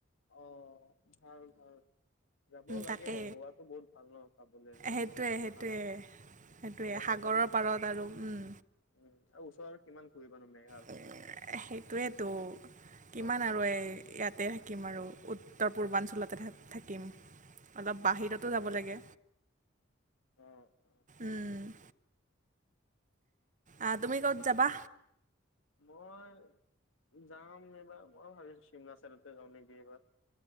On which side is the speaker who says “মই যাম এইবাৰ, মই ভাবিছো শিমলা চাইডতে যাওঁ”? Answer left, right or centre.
Left